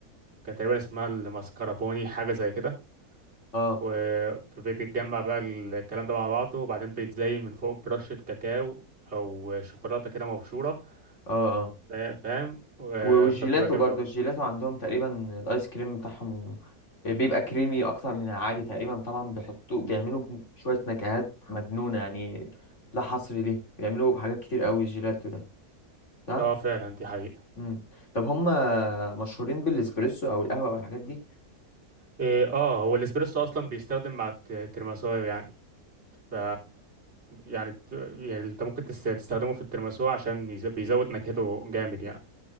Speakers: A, on the right; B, on the left.
A: كان تقريبا اسمها الماسكربوني حاجة زي كده
B: اه
A: وبتتجمع بقى الكلام ده مع بعضه وبعدين بيتزين من فوق برشة كاكاو أو شوكولاتة كده مبشورة
B: اه اه
A: فا- فاهم و-
B: و- ايوه والجيلاتو
A: فبتبقى جامد
B: برضه
A: أوي
B: الجيلاتو عندهم تقريبا الايس كريم بتاعهم بيبقى كريمي اكتر من العادي تقريبا طبعا بيحطوه بيعملوا شوية نكهات مجنونة يعني لا حصر ليه بيعملوا حاجات كتير قوي الجيلاتو ده صح؟
A: اه فعلا دي حقيقة
B: مم. طب هم مشهورين بالاسبريسو او القهوة او الحاجات دي؟
A: إيه اه هو الاسبريسو أصلا بيستخدم مع الترماسو يعني ف يعني بت- يعني انت ممكن تس- تستخدمه في الترماسو عشان يز- بيزود نكهته جامد يعني